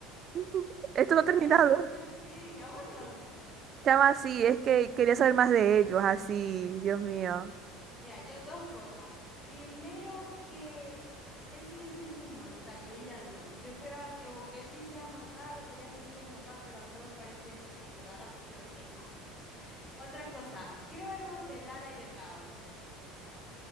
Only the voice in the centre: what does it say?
Sacó
otro
libro. <laughs> Sí, aún no.
Mira, yo dos cosas. Primero que él sigue siendo inmortal y ella no. Yo esperaba que o que él se hiciera mortal o que ella se hiciera inmortal, pero a mí no me parece eso que quedara así, yo de que no. Otra cosa, quiero ver más de Lala y de Kao.